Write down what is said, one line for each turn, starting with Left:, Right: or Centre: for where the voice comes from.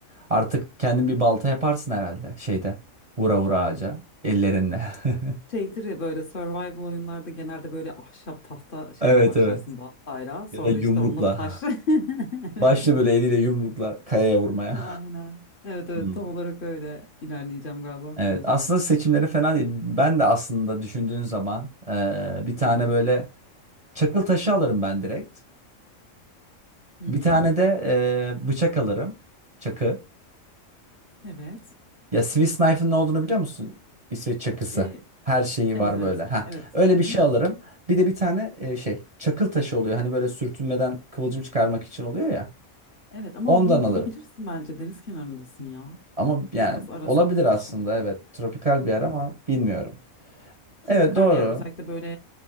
Right: Artık kendin bir balta yaparsın herhalde şeyde. Vura vura ağaca ellerinle. <laughs>
Left: Şeydir ya böyle survival oyunlarda genelde böyle ahşap tahta şeyle
Right: Evet
Left: başlarsın
Right: evet.
Left: baltayla. Sonra
Right: Ya da yumrukla.
Left: işte onunla taş. <laughs>
Right: Başla böyle eliyle yumrukla kayaya vurmaya.
Left: Aynen. Evet evet
Right: Hmm.
Left: tam olarak öyle ilerleyeceğim galiba
Right: Evet,
Left: mecbur.
Right: aslında seçimleri fena değil. Ben de aslında düşündüğün zaman eee, bir tane
Left: Hı hı.
Right: böyle çakıl taşı alırım ben direkt.
Left: Hı
Right: Bir
Left: hı.
Right: tane de eee, bıçak alırım. Çakı.
Left: Evet.
Right: Ya Swiss Knife'ın ne olduğunu biliyor musun? İsveç çakısı.
Left: Ee,
Right: Her şeyi
Left: evet
Right: var
Left: evet.
Right: böyle. Ha,
Left: Evet.
Right: öyle bir
Left: Hı
Right: şey
Left: hı.
Right: alırım. Bir de bir tane eee, şey çakıl taşı oluyor. Hani böyle sürtünmeden kıvılcım çıkarmak için oluyor ya.
Left: Evet ama
Right: Ondan
Left: onu
Right: alırım.
Left: bulabilirsin bence deniz kenarındasın ya.
Right: Ama yani
Left: Biraz arasan
Right: olabilir
Left: bulursun
Right: aslında
Left: gibi.
Right: evet. Tropikal bir yer
Left: Evet.
Right: ama bilmiyorum.
Left: Tropikal
Right: Evet doğru.
Left: bir yer. Özellikle böyle